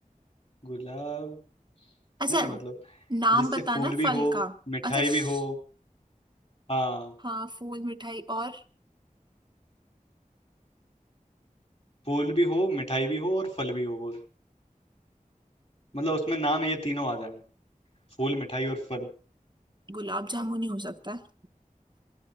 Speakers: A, on the left (about 45°); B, on the right (about 30°).
A: गुलाब
B: अच्छा
A: नहीं मतलब
B: नाम
A: जिससे
B: बताना
A: फूल भी
B: फल
A: हो
B: का
A: मिठाई
B: अच्छा श-
A: भी हो हाँ
B: हाँ फूल मिठाई और
A: फूल भी हो मिठाई भी हो और फल भी हो वो मतलब उसमें नाम ये तीनों आ जाएं फूल मिठाई और फल
B: गुलाब जामुन ही हो सकता है